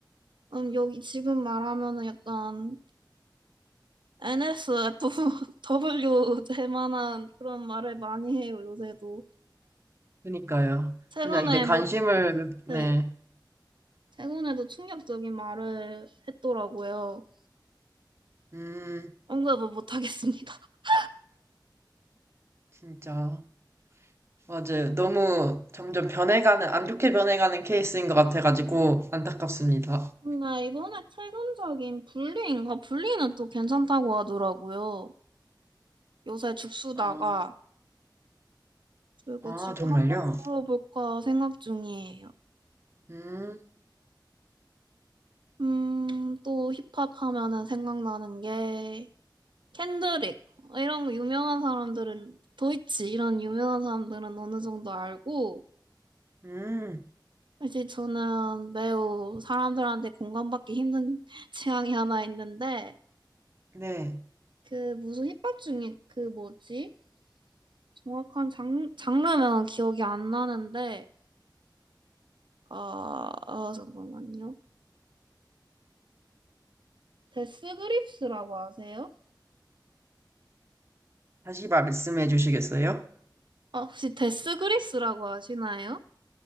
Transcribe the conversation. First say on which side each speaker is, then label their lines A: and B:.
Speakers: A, on the right; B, on the right.
A: 음, 여기 지금 말하면은 약간 NSFW 될 만한 그런 말을 많이 해요, 요새도.
B: 그니까요.
A: 최근에
B: 그냥 이제 관심을
A: 뭐,
B: 네.
A: 네, 최근에도 충격적인 말을 했더라고요.
B: 음,
A: 언급을 못 하겠습니다. <laughs>
B: 진짜. 맞아요. 너무 점점 변해가는, 안 좋게 변해가는 케이스인 것 같아가지고 안타깝습니다.
A: 근데 이번에 최근적인 불리인가? 불리는 또 괜찮다고 하더라고요. 요새 죽수다가,
B: 어,
A: 그리고
B: 아,
A: 지구
B: 정말요?
A: 한번 들어볼까 생각 중이에요.
B: 음,
A: 음, 또 힙합 하면은 생각나는 게 켄드릭 이런 유명한 사람들은 도이치 이런 유명한 사람들은 어느 정도 알고
B: 음,
A: 사실 저는 매우 사람들한테 공감받기 힘든 <laughs> 취향이 하나 있는데
B: 네.
A: 그 무슨 힙합 중에 그 뭐지? 정확한 장, 장르명은 기억이 안 나는데 아, 아 잠깐만요. 데스 그립스라고 아세요?
B: 다시 말씀해 주시겠어요?
A: 아, 혹시 데스 그립스라고 아시나요?